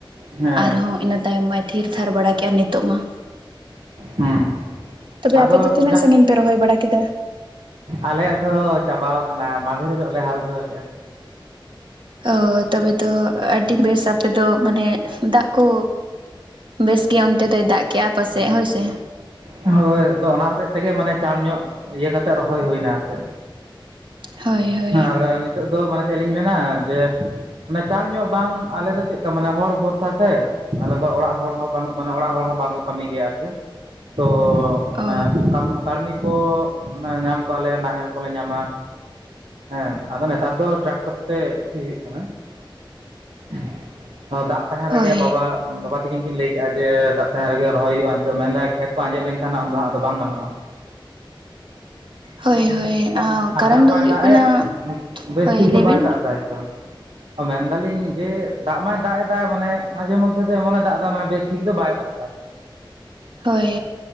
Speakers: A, on the right; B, on the right.
A: ᱦᱮᱸ
B: ᱟᱨᱦᱚᱸ ᱤᱱᱟᱹ ᱛᱟᱭᱚᱢ ᱢᱟᱭ ᱰᱷᱤᱨ ᱛᱷᱟᱨ ᱵᱟᱲᱟ ᱠᱮᱜᱼᱟ ᱱᱤᱛᱚᱜ ᱢᱟ᱾
A: ᱦᱩᱸ
B: ᱛᱚᱵᱮ
A: ᱟᱫᱚ
B: ᱟᱯᱮ ᱫᱚ ᱛᱤᱱᱟᱹᱜ ᱥᱟᱺᱜᱤᱧ ᱯᱮ ᱨᱚᱦᱚᱭ ᱵᱟᱲᱟ ᱠᱮᱫᱟ?
A: ᱟᱞᱦᱮᱭᱟᱜ ᱫᱚ ᱪᱟᱵᱟᱣᱟᱠᱟᱱᱟ ᱢᱟᱸᱫᱷᱮᱨ ᱦᱤᱞᱳᱜ ᱞᱮ ᱦᱟᱞ ᱫᱷᱚᱦᱟᱣ ᱠᱮᱜᱼᱟ᱾
B: ᱚ ᱛᱚᱵᱮ ᱛᱚ ᱟᱹᱰᱤ ᱵᱮᱥ ᱟᱯᱮ ᱫᱚ ᱢᱟᱱᱮ ᱫᱟᱜ ᱠᱚ ᱵᱮᱥ ᱜᱮᱭᱟ ᱚᱱᱛᱮ ᱫᱚᱭ ᱫᱟᱜ ᱠᱮᱜᱼᱟ ᱯᱟᱥᱮᱜ ᱦᱳᱭ ᱥᱮ᱾
A: ᱦᱳᱭ ᱟᱫᱚ ᱚᱱᱟ ᱦᱚᱛᱮᱜ ᱛᱮᱜᱮ ᱢᱟᱱᱮ ᱪᱟᱬ ᱧᱚᱜ ᱤᱭᱟᱹ ᱠᱟᱛᱮᱫ ᱨᱚᱦᱚᱭ ᱦᱩᱭ ᱮᱱᱟ ᱟᱨ ᱪᱮᱫ?
B: ᱦᱳᱭ ᱦᱳᱭ
A: ᱟᱨ ᱱᱤᱛᱚᱜ ᱫᱚ ᱢᱟᱱᱮ ᱪᱮᱫ ᱞᱤᱧ ᱢᱮᱱᱟ ᱡᱮ ᱢᱟᱱᱮ ᱪᱟᱬ ᱧᱚᱜ ᱵᱟᱝ ᱟᱞᱮ ᱫᱚ ᱪᱮᱜ ᱠᱟ ᱢᱟᱱᱮ ᱦᱚᱲ ᱵᱷᱚᱨᱥᱟ ᱥᱮ ᱟᱞᱮ ᱫᱚ ᱚᱲᱟᱜ ᱦᱚᱲ ᱦᱚᱸ ᱵᱟᱹᱱᱩᱜ ᱢᱟᱱᱮ ᱚᱲᱟᱜ ᱦᱚᱲ ᱦᱚᱸ ᱵᱟᱝ ᱠᱚ ᱠᱟᱹᱢᱤ ᱜᱮᱭᱟ ᱟᱨ ᱪᱮᱫ, ᱛᱚ ᱚᱱᱟ
B: ᱚ
A: ᱠᱟᱢ ᱠᱟᱹᱲᱢᱤ ᱠᱚᱻᱜ ᱢᱟᱱᱮ ᱧᱟᱢ ᱠᱚᱣᱟ ᱞᱮ ᱱᱟᱦᱮᱞ ᱠᱚᱞᱮ ᱧᱟᱢᱼᱟᱸ, ᱦᱮᱸ ᱟᱫᱚ ᱱᱮᱛᱟᱨ ᱫᱚ ᱴᱨᱟᱠᱴᱚᱨ ᱛᱮᱜ ᱥᱤ ᱦᱩᱭᱩᱜ ᱠᱟᱱᱟ᱾ <inaudible> ᱦᱚᱸ ᱫᱟᱜ ᱛᱟᱦᱮᱸᱱ ᱨᱮᱜᱮ
B: ᱦᱳᱭ
A: ᱵᱟᱵᱟ, ᱵᱟᱵᱟ ᱛᱤᱠᱤᱱ ᱠᱤᱱ ᱞᱟᱹᱭ ᱠᱮᱜᱼᱟ, ᱡᱮ ᱫᱟᱜ ᱛᱟᱦᱸᱮᱱ ᱨᱮᱜᱮ ᱨᱚᱦᱚᱭ ᱦᱩᱭᱩᱜᱼᱟ, ᱱᱤᱛᱚᱜ ᱢᱮᱱ ᱮᱫᱟᱭ ᱠᱷᱮᱛ ᱠᱚ ᱟᱸᱡᱮᱫ ᱞᱮᱱᱠᱷᱟᱱ ᱩᱱ ᱫᱚ ᱦᱟᱸᱜ ᱫᱚ ᱵᱟᱝ ᱜᱟᱱᱚᱜᱼᱟ ᱦᱟᱸᱜ ᱾
B: ᱦᱳᱭ ᱦᱳᱭ᱾
A: ᱟᱨ
B: ᱠᱟᱨᱚᱱ
A: ᱫᱟᱜ
B: ᱫᱚ
A: ᱢᱟᱭ
B: ᱦᱩᱭᱩᱜ
A: ᱫᱟᱜ
B: ᱠᱟᱱᱟ
A: ᱮᱫ, ᱵᱮᱥ
B: ᱦᱳᱭ
A: ᱴᱷᱤᱠ
B: ᱞᱟᱹᱭ
A: ᱫᱚ ᱵᱟᱭ
B: ᱵᱤᱱ
A: ᱫᱟᱜ ᱮᱫᱟᱭ ᱛᱚ᱾ ᱚ ᱢᱮᱱ ᱫᱟ ᱞᱤᱧ, ᱡᱮ ᱫᱟᱜ ᱢᱟᱭ ᱫᱟᱜ ᱮᱫᱟ ᱢᱟᱱᱮ ᱢᱟᱡᱷᱮ ᱢᱚᱫᱽ ᱫᱷᱮ ᱫᱚ ᱮᱢᱚᱱ ᱮ ᱫᱟᱜ ᱮᱫᱟ, ᱢᱟᱱᱮ ᱵᱮᱥᱴᱷᱤᱠ ᱫᱚ ᱵᱟᱭ ᱫᱟᱜ ᱮᱫᱟ ᱟᱨ ᱪᱮᱫ᱾
B: ᱦᱳᱭ